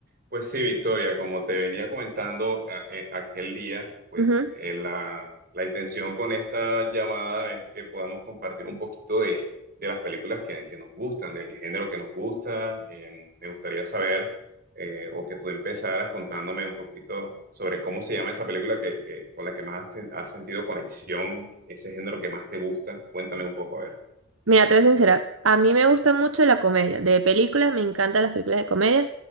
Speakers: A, on the right (about 50°); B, on the right (about 80°).
A: Pues sí, Victoria, como te venía comentando a- eh, aquel día, pues
B: Ujú.
A: eh, la, la intención con esta llamada es que podamos compartir un poquito de, de las películas que, que nos gustan, del género que nos gusta. Eh, me gustaría saber eh, o que tú empezaras contándome un poquito sobre cómo se llama esa película que, que- con la que más has, ten- has sentido conexión, ese género que más te gusta. Cuéntame un poco, a ver.
B: Mira, te voy a ser sincera, a mí me gusta mucho la comedia, de películas, me encantan las películas de comedia.